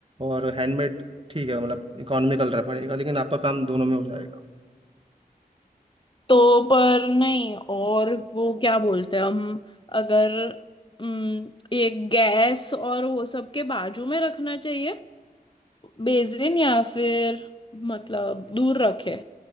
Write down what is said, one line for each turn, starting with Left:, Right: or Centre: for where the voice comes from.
Right: और हैंडमेड ठीक है मतलब इकोनॉमिकल रहा पड़ेगा लेकिन आपका काम दोनों में हो जाएगा
Left: तो पर नहीं और वो क्या बोलते हैं हम अगर उम, ये गैस और वो सब के बाजू में रखना चाहिए बेसिन या फिर मतलब दूर रखे